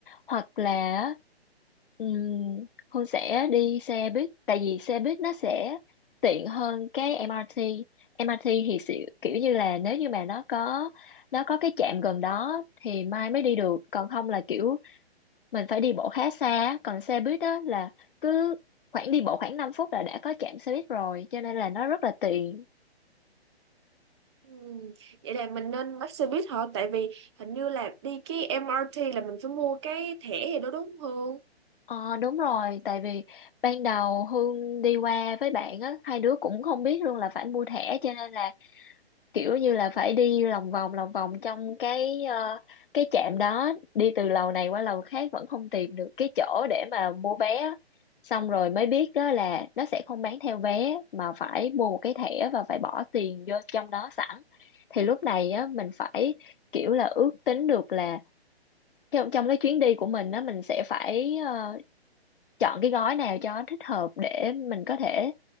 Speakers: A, on the left; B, on the right.
A: hoặc là um, Hương sẽ đi xe buýt tại vì xe buýt nó sẽ tiện hơn cái MRT MRT thì sẽ, kiểu như là nếu như mà nó có nó có cái trạm gần đó thì mai mới đi được còn không là kiểu mình phải đi bộ khá xa còn xe buýt đó là cứ khoảng đi bộ khoảng 5 phút là đã có trạm xe buýt rồi cho nên là nó rất là tiện
B: Ừm, Vậy là mình nên bắt xe buýt hả? Tại vì hình như là đi cái MRT là mình phải mua cái thẻ gì đó đúng không Hương?
A: Ờ đúng rồi, tại vì ban đầu Hương đi qua với bạn á, hai đứa cũng không biết luôn là phải mua thẻ cho nên là kiểu như là phải đi lòng vòng lòng vòng trong cái ờ, cái trạm đó, đi từ lầu này qua lầu khác vẫn không tìm được cái chỗ để mà mua vé. á. Xong rồi mới biết đó là nó sẽ không bán theo vé mà phải mua một cái thẻ và phải bỏ tiền vô trong đó sẵn. Thì lúc này á mình phải kiểu là ước tính được là trong trong cái chuyến đi của mình á mình sẽ phải ờ, chọn cái gói nào cho thích hợp để mình có thể